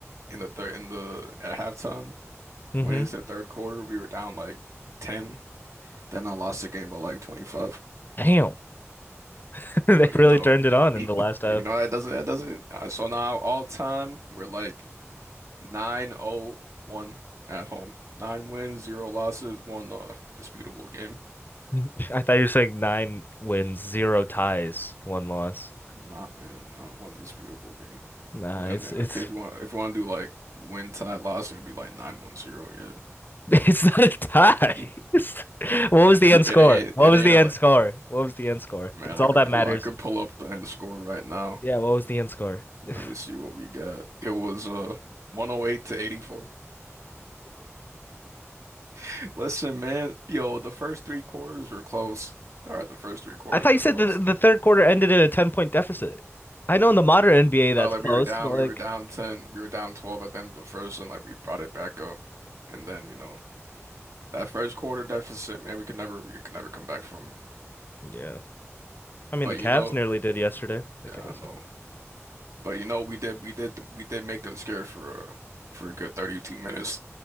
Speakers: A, on the right (about 75°); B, on the left (about 40°).
A: in the third in the at halftime.
B: hmm
A: Went into the third quarter, we were down like ten. Then I lost the game by like twenty five.
B: Damn, <laughs> they
A: But you
B: really
A: know,
B: turned it on
A: <clears throat>
B: in
A: you
B: the last half.
A: know that doesn't that doesn't. Uh, so now all time we're like Nine o one at home. Nine wins, zero losses, one uh disputable game.
B: <laughs> I thought you were saying nine wins, zero ties, one loss.
A: Nah, man, not one disputable game.
B: Nah,
A: But then
B: it's
A: uh,
B: it's
A: okay, if you want if you want to do like win tie loss, it'd be like nine one zero. yeah.
B: <laughs> it's not a tie.
A: <laughs>
B: <laughs> What was the
A: It
B: end score?
A: ain't
B: What
A: it
B: was
A: ain't
B: the
A: a,
B: end
A: like
B: score? What was the end score?
A: man,
B: That's
A: I
B: all
A: could
B: that
A: pull
B: matters.
A: I could pull up the end score right now.
B: Yeah, what was the end score? <laughs>
A: Let me see what we got. It was uh 108 to 84. <laughs> Listen, man, yo, the first three quarters were close. All right, the first three quarters
B: I thought
A: were
B: you said
A: close.
B: the the third quarter ended in a 10 point deficit. I know in the modern NBA
A: No,
B: that's
A: like
B: close,
A: we were down,
B: but like,
A: we were down 10, we were down 12 at the end of the first, and like we brought it back up. And then, you know, that first quarter deficit, man, we could never, we could never come back from it.
B: yeah. I mean,
A: But
B: the Cavs
A: you know,
B: nearly did yesterday. The
A: yeah,
B: Cavs.
A: I know. But you know, we did, we did, we did make them scared for uh, for a good 32 minutes.